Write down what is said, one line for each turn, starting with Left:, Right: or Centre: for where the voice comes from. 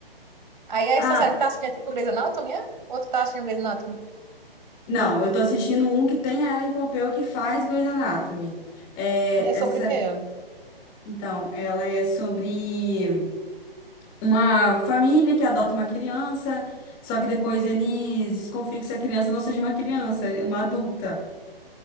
Right: Aí essa
Left: Ah,
Right: série que tá assistindo é tipo Grey's Anatomy, é? Ou tu tá assistindo Grey's Anatomy?
Left: Não, eu tô assistindo um que tem a Ellen Pompeo que faz Grey's Anatomy. É,
Right: E é sobre
Left: essa série,
Right: o quê?
Left: então, ela é sobre uma família que adota uma criança, só que depois eles desconfiam que essa criança não seja uma criança, é uma adulta.